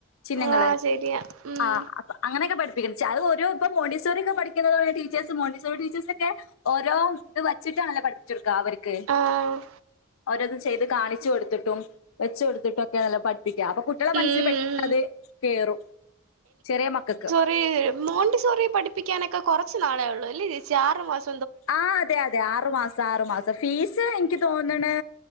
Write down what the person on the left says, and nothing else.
ചിഹ്നങ്ങൾ
ആഹ് അപ്പ അങ്ങനെക്കെ പഠിപ്പി ച്ച ഐ ഒരു പ്പൊ മോണ്ടിസരി ഒക്കെ പഠിക്കതാണ് ടീച്ചേ്സ് മോണ്ടസറി ടിച്ചേഴ് നോക്കെ ഓരോ ത് വെച്ചട്ട ണല്ലോ പഠി ച്ചുക്ക അവർക്ക്
ഓരത് ചെയ്ത് കാണിച്ചു കൊടുത്തിട്ടും വെച്ച് കൊടുത്തിട്ടൊക്കെയണല്ലോ പഠപ്പിക്ക അപ്പൊ കു ട്ട്യോളെ
മനസ്സിൽ പെട്ടന്ന ത് കേറും ചെറിയ മക്കക്ക്
ആഹ് അതെ അതെ ആറുമാസം ആറുമാസം ഫീസ് എനിക്ക് തോന്നണ്